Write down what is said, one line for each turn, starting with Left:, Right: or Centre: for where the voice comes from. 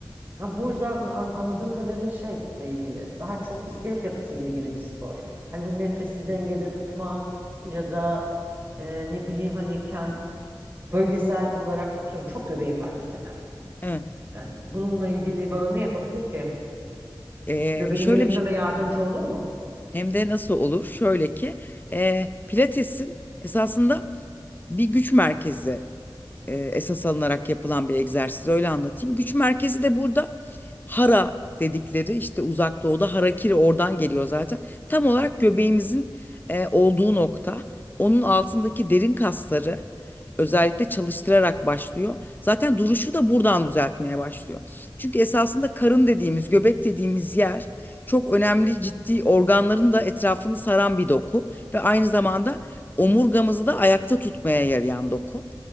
Right: Ha, Bursa an- anladığım kadarıyla şeyle ilgili, daha çok iskelet yapısıyla ilgili bir spor. Hani bu nefesi dengede tutmak ya da e, ne bileyim hani kend, bölgesel olarak atıyorum çok göbeğim var mesela.
Left: Evet.
Right: Yani bununla ilgili bana ne yapabilir ki?
Left: Eee,
Right: Göbeğimi
Left: şöyle
Right: eritmeme
Left: bir şey-
Right: yardımcı olur mu?
Left: hem de nasıl olur? Şöyle ki eee, Pilates'in esasında bir güç merkezi e, esas alınarak yapılan bir egzersiz öyle anlatayım. Güç merkezi de burada hara dedikleri işte uzak doğuda harakiri oradan geliyor zaten. Tam olarak göbeğimizin e, olduğu nokta onun altındaki derin kasları özellikle çalıştırarak başlıyor. Zaten duruşu da buradan düzeltmeye başlıyor. Çünkü esasında karın dediğimiz göbek dediğimiz yer çok önemli ciddi organların da etrafını saran bir doku ve aynı zamanda omurgamızı da ayakta tutmaya yarayan doku.